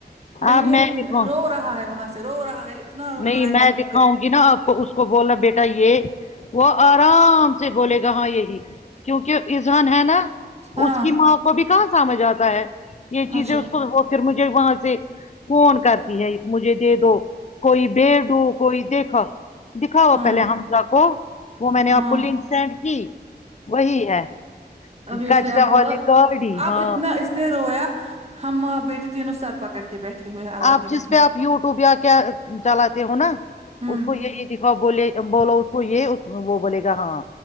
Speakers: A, on the right; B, on the left.
A: نہیں
B: اب
A: یہ
B: میں دکھاؤں
A: رو رہا ہے وہاں سے رو رہا ہے اتنا رو
B: نہیں
A: رہا ہے
B: میں
A: آپ کو
B: دکھاؤں
A: کیا
B: گی ناں آپ کو اس اس کو بولنا بیٹا یہ وہ آرام سے بولے گا ہاں یہی کیونکہ ازہان ہے نا
A: ہاں
B: اس کی ماں ابھی کہاں سمجھ آتا ہے یہ چیزیں
A: اچھا
B: اس کو ہو پھر مجھے وہاں سے فون کرتی ہے مجھے دے دو کوئی بیڈو کوئی دیکھ دکھاؤ
A: ہاں
B: پہلے ہمزہ کو وہ میں نے آپ
A: ہاں
B: کو لنک سینڈ کی وہی ہے
A: ابھی
B: کچرا
A: اس نے اب بولا
B: والی گاڑی
A: اب
B: ہاں
A: اتنا اس نے رویا ہم ماں بیٹی تینوں سر پکڑ کے بیٹھے ہوئے ہیں اللہ
B: آپ
A: کی قسم
B: جس پہ آپ یوٹیوب یا کیا چلاتے ہو ناں
A: ہوں
B: اس کو یہی سکھاؤ بولے بولو اس کو یہ وہ بولے گا ہاں